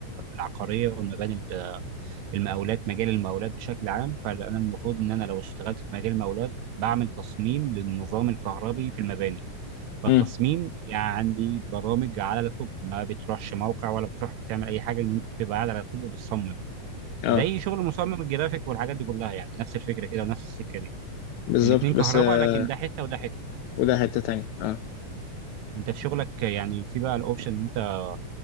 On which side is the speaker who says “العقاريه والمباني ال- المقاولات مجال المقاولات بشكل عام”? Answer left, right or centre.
Right